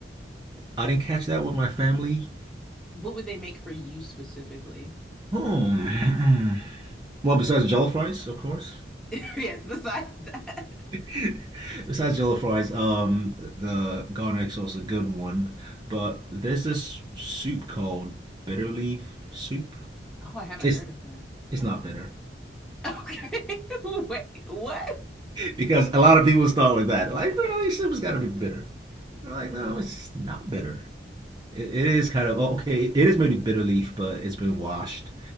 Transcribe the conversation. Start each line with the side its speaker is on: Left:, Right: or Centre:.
Right: I didn't catch that with my family.
Centre: What would they make for you specifically? <laughs>
Right: Hmm. <clears throat> well, besides jello fries, of course.
Centre: Yes, besides that.
Right: <laughs> besides jello fries, um, the garlic sauce is a good one. But there's this soup called bitter leaf soup.
Centre: Oh, I haven't
Right: It's
Centre: heard of that.
Right: it's not bitter.
Centre: Okay. <laughs> Wait, what?
Right: because a lot of people start with that. Like, really, Simba's got to be bitter. I'm like, no, it's not bitter. It, it is kind of oh, okay. It is maybe bitter leaf, but it's been washed.